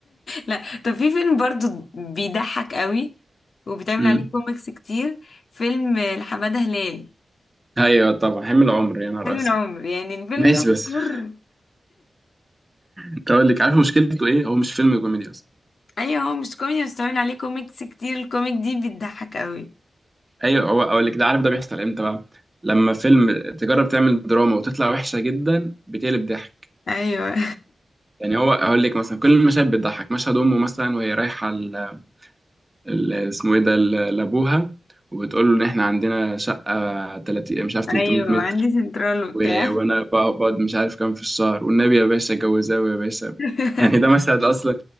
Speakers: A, on the left (about 60°); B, on the right (about 15°).
A: لا طب في فيلم برضو بيضحك قوي وبتعمل
B: امم
A: عليه كوميكس كتير فيلم لحمادة هلال
B: ايوه طبعا حمل عمر يا نهار
A: حلم
B: اسود
A: العمر يعني الفيلم
B: ماشي
A: ده
B: بس
A: مشهور
B: <laughs> انت اقول لك عارف مشكلته ايه هو مش فيلم كوميدي اصلا
A: ايوه هو مش كوميدي بس بتعمل عليه كوميكس كتير الكوميك دي بتضحك قوي
B: ايوه هو اقول لك ده عارف ده بيحصل امتى بقى لما فيلم تجرب تعمل دراما وتطلع وحشه جدا بتقلب ضحك
A: ايوه
B: يعني هو اقول لك مثلا كل المشاهد بتضحك مشهد امه مثلا وهي رايحه ال- ال- اسمه ايه ده ل- لابوها وبتقول له ان احنا عندنا شقه 30 مش
A: <laughs>
B: عارف
A: ايوه
B: 300 متر
A: عندي سنترال وبتاع
B: و- وانا بقعد مش عارف كام في الشهر والنبي يا باشا اتجوزاه يا باشا
A: <laughs>
B: يعني ده مشهد اصلا